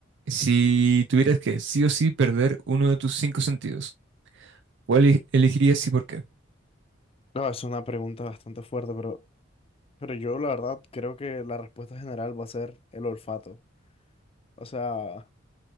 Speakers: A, on the right; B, on the left.
A: si tuvieras que sí o sí perder uno de tus cinco sentidos, ¿cuál e- elegirías y por qué?
B: No, es una pregunta bastante fuerte, pero, pero yo la verdad creo que la respuesta general va a ser el olfato. O sea,